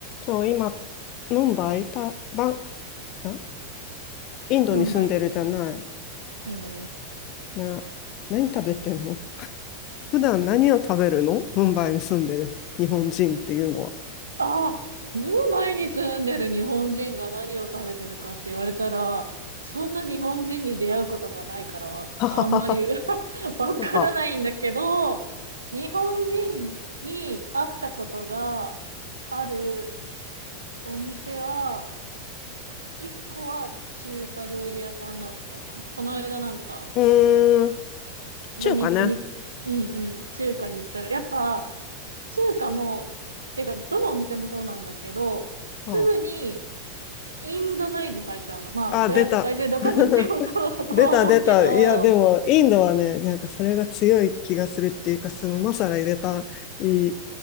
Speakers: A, on the left; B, on the right.
A: そう、今、ムンバイ、た、バンあ、インドに住んでるじゃない。
B: ムンバイ、インドです。
A: な、何食べてんの普段何を食べるのムンバイに住んでる日本人っていうのは。
B: ああ、ムンバイに住んでる日本人が何を食べてるかって言われたら、そんな日本人に出会うことがないからは、
A: はははは。
B: あんまり <laughs> わからないんだけど、
A: なんか、
B: 日本人に会ったことがあるお店は、一個は中華料理屋さんだったな。この間なんか、
A: うーん、
B: 土日に、
A: 中華ね。
B: うんうん、中華に行ったら、やっぱ、中華も、てか、どのお店もそうなんだけど、すぐに
A: あ
B: インドナイズされちゃうの。まあ、
A: あ、
B: それは世界中どこに行ってもそうだとは思うけど、
A: 出た。<laughs> 出た出た。いや、でも、インドはね、なんかそれが強い気がするっていうか、そのマサラ入れた、いい、